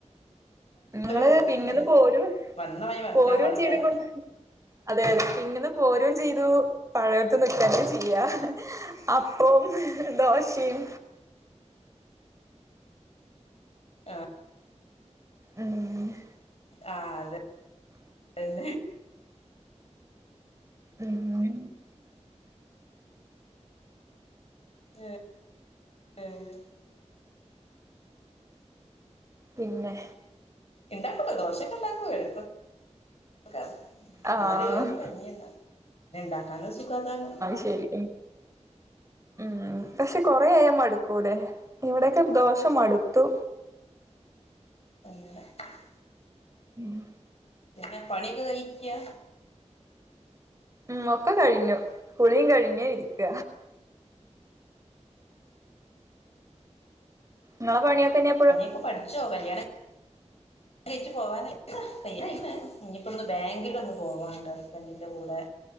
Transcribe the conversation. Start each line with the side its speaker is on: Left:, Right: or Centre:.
Right: ഇന്ന് ഇങ്ങെൾ
Left: ഓർക്കണ്ടേ
Right: പിന്നിന്ന് പോരും
Left: വന്ന വഴി മറക്കാൻ
Right: പോരും
Left: പാടില്ലാന്ന്
Right: ചെയ്തുക്കുണു അതെ അതെ പിന്നിന്ന് പോരും ചെയ്തു പഴെയോര്ത്ത് നിക്കെന്നെ ചെയ്യാ അപ്പോം ദോശിം
Left: ആഹ്
Right: അങ്ങനെ
Left: ആഹ് അതെ ഇതെന്നെ
Right: ഉംഹും
Left: എഹ് ഏഹ്
Right: പിന്നെ
Left: ഇണ്ടാക്കുട്ടോ ദോശൊക്കെ ഇണ്ടാക്കും എട്ക്കൊക്കെ
Right: ആഹ്
Left: ഇന്നാലും ഏറും കഞ്ഞിയെന്നാ പിന്നെ ഇണ്ടാക്കാനും സുഖം അതാണ്
Right: ശെരി ഉം പക്ഷെ കൊറേആയ മടുക്കൂല്ലേ? ഇവിടെക്കെ ദോഷ മടുത്തു
Left: അങ്ങനെ <inaudible>
Right: ഹും
Left: പിന്നേ പണിയൊക്കെ കഴിഞ്ഞിരിക്കാ?
Right: ഉം ഒക്കെ കഴിഞ്ഞു കുളിം കഴിഞ്ഞ് ഇരിക്ക. ങ്ങളെ പണിയൊക്കെ ന്നെ
Left: പണിയൊക്കെ പഠിച്ചോ കല്യാണം കഴിച്ച് പോവാനാഴിയ്ക്ക് കഴിയാനായ്ക്ക്ണ് ഇനിയിപ്പൊന്ന് ബാങ്കിലൊന്ന് പോവാണ്ട് ഹസ്ബൻഡിൻ്റെ കൂടെ.